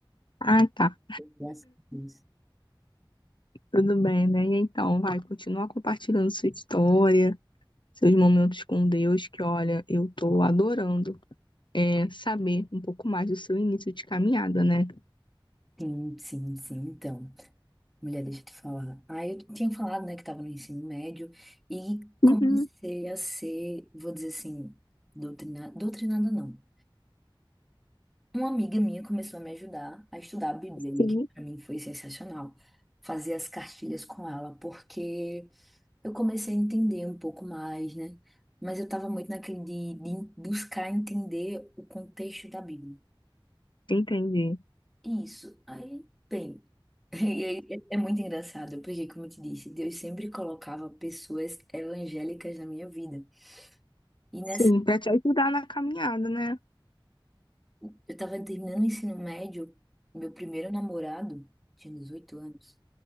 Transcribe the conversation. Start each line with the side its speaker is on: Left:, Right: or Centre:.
Left: Ah, tá.
Centre: Graças a Deus.
Left: Tudo bem, né? E Então, vai, continua compartilhando sua história, seus momentos com Deus, que olha, eu tô adorando é, saber um pouco mais do seu início de caminhada, né?
Centre: Sim, sim, sim. Então, mulher, deixa eu te falar. Aí eu tinha falado, né, que tava no ensino médio e comecei
Left: Uhum,
Centre: a ser, vou dizer assim, doutrinada, doutrinada não. Uma amiga minha começou a me ajudar a estudar a Bíblia,
Left: sim.
Centre: e que para mim foi sensacional. Fazer as cartilhas com ela, porque. eu comecei a entender um pouco mais, né? Mas eu estava muito naquele de, de buscar entender o contexto da Bíblia.
Left: Entendi.
Centre: Isso. Aí, bem, <laughs> é, é- é muito engraçado, porque, como eu te disse, Deus sempre colocava pessoas evangélicas na minha vida. E nessa,
Left: Sim, pra te ajudar na caminhada, né?
Centre: eu estava terminando o ensino médio, meu primeiro namorado, tinha 18 anos,